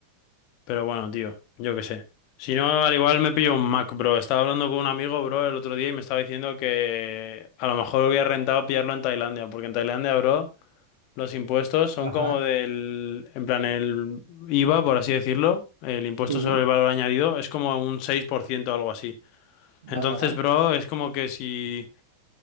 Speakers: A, on the left; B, on the right.
A: Pero bueno, tío, yo qué sé. Si no, al igual me pillo un Mac, bro. Estaba hablando con un amigo, bro, el otro día y me estaba diciendo que a lo mejor hubiera rentado pillarlo en Tailandia, porque en Tailandia, bro, los impuestos son
B: Ajá,
A: como del, en plan, el IVA, por así decirlo, el impuesto
B: sí,
A: sobre el valor añadido, es como un 6% o algo así.
B: hola.
A: Entonces, bro, es como que si...